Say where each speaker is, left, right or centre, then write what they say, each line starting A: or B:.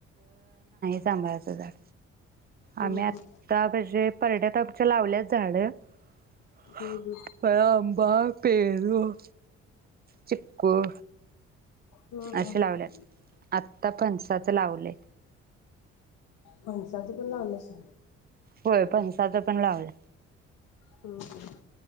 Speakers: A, on the right; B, on the left.
A: जांभळाच झाड
B: हम्म
A: आमी आत्ता
B: हम्म
A: <unintelligible> परड्यात आमच्या लावल्यात झाडं. <unintelligible>
B: हम्म
A: अंबा पेरु चिकू
B: हम्म हम्म
A: असे
B: हम्म
A: लावल्यात, आत्ता फणसाचं लवलंय.
B: फणसाच पण लावलयस?
A: व्हय फणसाच पण लावलेत.
B: हम्म हम्म.